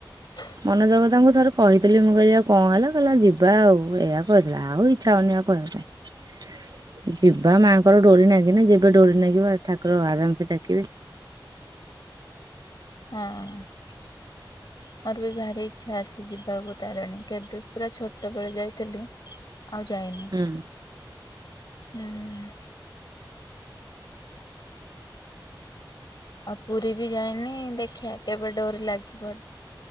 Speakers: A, on the left; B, on the right.
A: ହଁ
B: ମନୋଜଗ ତାଙ୍କୁ ଥରେ କହିଥିଲି ମୁଁ କହିଲି ଆଉ କଣ ହେଲା କହିଲା ଯିବା ଆଉ ଏହା କହି ଦେଲା ଆଉ ଇଚ୍ଛା ହଉନି ଏହା କହିବା ପାଇଁ ଯିବା ମାଆଙ୍କର ଡୋରି ନାଗିନି ଯେବେ ଡୋରି ନାଗିବ ଠାକୁର ଆରାମସେ ଡାକିବେ
A: ହଁ ମୋର ବି ଭାରି ଇଚ୍ଛା ଅଛି ଯିବାକୁ ତାରିଣୀ କେବେ ପୁରା ଛୋଟ ବେଳେ ଯାଇଥିଲି ଆଉ ଯାଇନି
B: ହୁଁ
A: ହୁଁ ଆଉ ପୁରୀ ବି ଯାଇନି ଦେଖିବା କେବେ ଡୋରି ଲାଗିବ